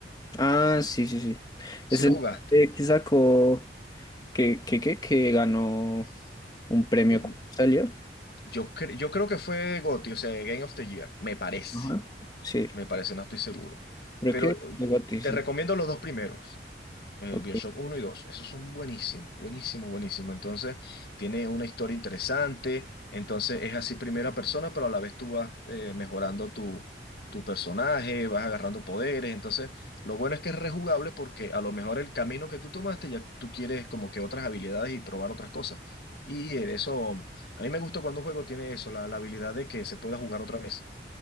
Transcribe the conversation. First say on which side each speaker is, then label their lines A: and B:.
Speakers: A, on the left; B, on the left.
A: Ah, sí, sí, sí.
B: Si
A: Ese
B: lo jugaste.
A: eh, que sacó, que, que, que, que ganó un premio,
B: Eh,
A: ¿cómo salió?
B: Yo, cre- yo creo que fue GOTY, o sea, Game of the Year, me parece,
A: Ajá. Sí,
B: me parece, no estoy seguro.
A: creo
B: Pero
A: que
B: eh,
A: de Gotti,
B: te
A: sí.
B: recomiendo los dos primeros. El
A: Ok,
B: BioShock uno y 2 esos son buenísimos, buenísimos, buenísimos. Entonces, tiene una historia interesante. Entonces, es así primera persona, pero a la vez tú vas eh, mejorando tu, tu personaje, vas agarrando poderes. Entonces, lo bueno es que es rejugable porque a lo mejor el camino que tú tomaste ya tú quieres como que otras habilidades y probar otras cosas. Y eh, eso, a mí me gusta cuando un juego tiene eso, la, la habilidad de que se pueda jugar otra vez.